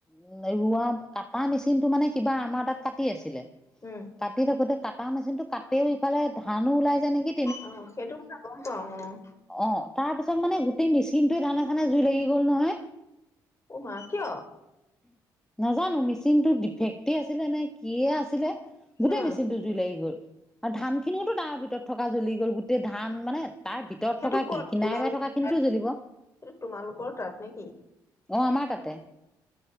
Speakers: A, in the centre; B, on the left.
A: উম' ৰোৱা কাটা মেচিন টো মানে সিবা আমাৰ তাত কাটি আছিলে।
B: উম'
A: কাটি থাকোতে কাটা মেচিন টো কাটেও ইফালে ধানো ওলাই যায় নেকি!
B: অঁ' সেইটো গম পাওঁ অঁ'।
A: অঁ তাৰ পিছত মানে গোট- টেই মেচিনটোৱে ধানে চানে জুই লাগি গ'ল নহয়।
B: অ মা কিয়
A: নাজানো মেচিনটো ডিফেক্টেই আছিলে নে কিয়েই আছিলে? গোটেই
B: উম
A: মেচিনটো- জুই লাগি গ'ল, আৰু ধান খিনিওতো তাৰ ভিতৰত থকা জ্বলি গ'ল গোট- টেই ধান মানে তাৰ ভিতৰত
B: সেইটো
A: থকা
B: ক'ত
A: কি কিনাৰে
B: তোমালোকে
A: বাই থকা- খিনিতো
B: তাত,
A: জ্বলিব
B: সেইটো
A: অ
B: তোমালোকৰ তাত নে কি?
A: অঁ আমাৰ তাতে।